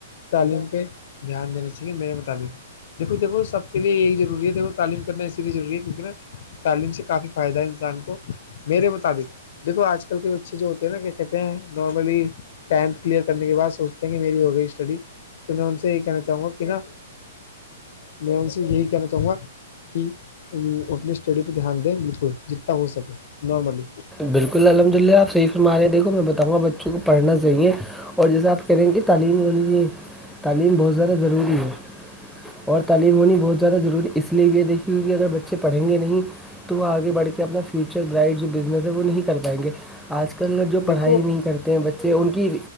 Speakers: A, on the left (about 55°); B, in the centre.
A: تعلیم پہ دھیان دینا چاہیے میرے مطابق دیکو دیکھو سب کے لیے یہی ضروری ہے دیکو تعلیم کرنا اسی لیے ضروری ہے کیونکہ نا تعلیم سے کافی فائدہ ہے انسان کو میرے مطابق دیکھو آج کل کے بچے جو ہوتے ہیں نا کہ کہتے ہیں نارملی ٹایم کلیئر کرنے کے بعد سوچتے ہیں کہ میری ہو گئی اسٹڈی تو میں ان سے یہی کہنا چاہوں گا کہ نا میں ان سے یہی کہنا چاہوں گا کہ اپنی اسٹڈی پہ دھیان دیں بالکل جتنا ہو سکے نارملی
B: بالکل الحمد للہ آپ صحیح فرما رہے ہیں دیکھو میں بتاؤںا بچوں کو پڑھنا چاہیے اور جیسا آپ کہہ رہے ہے کہ تعلیم تعلیم بہت زیادہ ضروری ہے اور تعلیم ہونی بہت زیادہ ضروری اس اس لیے یہ دیکھیے ہو کہ اگر بچے پڑھیں گے نہیں تو وہ آگے بڑھ کے اپنا فیوچر برایٹ نظر وہ نہیں کر پائیں گے آج کل جو پڑھائی
A: دیکھو
B: نہیں کرتے ہیں بچے سے ان کی